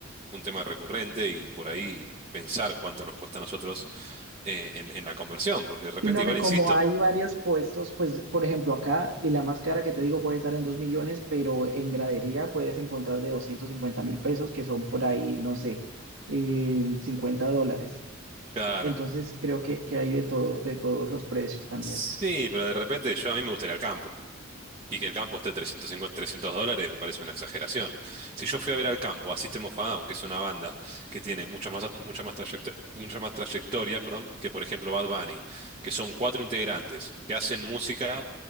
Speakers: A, on the right; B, on the right.
A: un tema recurrente y por ahí pensar cuánto nos cuesta a nosotros eh, en, en la conversión, porque de repente
B: Sino
A: igual
B: que como
A: insisto.
B: hay varios puestos, pues por ejemplo acá, y la más cara que te digo puede estar en dos millones, pero en gradería puedes encontrar de doscientos cincuenta mil pesos, que son por ahí, no sé, eh, 50 dólares.
A: Claro.
B: Entonces creo que, que hay de todo, de todos los precios también.
A: Sí, pero de repente yo a mí me gustaría el campo. Y que el campo esté 350, 300 dólares me parece una exageración. Si yo fui a ver al campo a System of a Down, que es una banda que tiene mucha más, mucha más trayectoria, mucha más trayectoria, perdón, que por ejemplo Bad Bunny, que son cuatro integrantes que hacen música